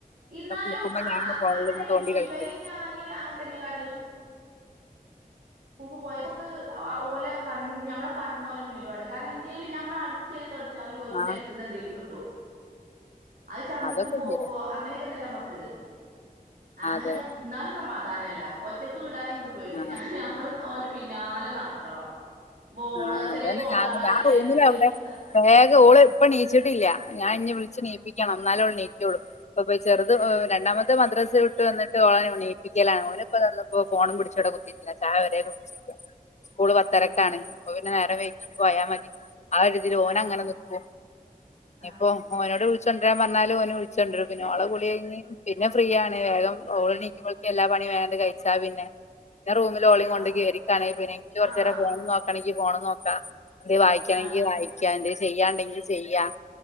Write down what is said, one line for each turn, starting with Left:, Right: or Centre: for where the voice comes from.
Right: ഇന്നാലും
Left: നിൽക്കുമ്പോ
Right: ആഹാ
Left: ഞാൻ ഫോണിലിരുന്ന്
Right: അങ്ങനെ ഇടും,
Left: തോണ്ടി കളിക്കും
Right: ഇവര്, ഞാന്, അങ്ങനെ, തന്നെ കട- സ്കൂളൊക്കെ പോയി നമുക്ക് ഓല കണ് ഞമ്മളെ കണ്ണ, കണ്ണോളം മുന്നിൽ വേണം കാരണം, എന്തെലും ഞമ്മൾ അടിച്ചെടുത്ത്. ചാലും ഓല്ക്ക്
Left: ആ
Right: നെലത്ത്ന്ന്- എന്തേലും കിട്ടും. അത് ചങ്കക്ക്
Left: അതൊക്കെ
Right: പോകുവോ-
Left: ശരിയാ
Right: അങ്ങനെയൊക്കെണ്ടല്ലേ നമ്മക്ക്. അങ്ങനെ,
Left: അതെ
Right: എന്നാലും സമാധാനല്ല, ഒറ്റക്ക്- വിടാൻ എനിക്ക് പേടിയാ.
Left: ആ
Right: ഞാൻ- ഞമ്മള്, ഓന്റെ പിന്നാലെ നടക്കണം. ബോള്
Left: ആഹ
Right: ചെറിയ
Left: അതന്നെ
Right: ബോളാള്
Left: ഞാൻ, ഞാൻ
Right: അല്ലെ
Left: റൂമില.
Right: എന്തേലും
Left: അവിടെ
Right: മുത്ത
Left: വേഗം
Right: ആ
Left: ഓള്- ഇപ്പോ എണീച്ചിട്ടില്ല. ഞാൻ ഇഞ്ഞി വിളിച്ച്
Right: ആ
Left: എണീപ്പിക്കണം, എന്നാൽ അവളെ എണീക്കുള്ള. അപ്പ ചെറുത്, രണ്ടാമത്തെ- മദ്രസോട്ട് വന്നിട്ട് എണീപ്പിക്കലാണ്. ഓര് ഇപ്പ ഫോണും പിടിച്ച് കുത്തി- ഞാൻ ചായ വരേ കുടിച്ച്-
Right: <inaudible>
Left: സ്കൂള് പത്തരക്കാണ്,
Right: അത് ശരി
Left: അപ്പോ- പിന്നെ നേരെ വൈകിട്ട് പോയാ മതി. ആഹാ, ഓൻ
Right: ആ
Left: അങ്ങനെ നിക്കും
Right: ആ
Left: ഇപ്പോ. ഓനോട് വിളിച്ചുണ്ടരാൻ പറഞ്ഞാല്, ഓൻ വിളിച്ചണ്ടരും. പിന്നെ ഓൾടെ കുളി കഴിഞ്ഞു- പിന്നെ ഫ്രീ ആണ്, വേഗം ഓള്- നീക്കുമ്പോളക്കക്ക് എല്ലാ പണി- വേഗം കഴിച്ചാ പിന്നെ, പിന്നെ റൂമിൽ ഓളി
Right: ആ
Left: കൊണ്ട്- ഇരിക്കണേ പിന്നെ, എനിക്ക്
Right: ആ
Left: കുറച്ചു നേരെ ഫോൺ നോക്കണമെങ്കിൽ- ഫോൺ നോക്കാം. അത് വായിക്കണെങ്കി
Right: ആ
Left: വായിക്കാ, എന്ത് ചെയ്യാണ്ടെങ്കി ചെയ്യാം.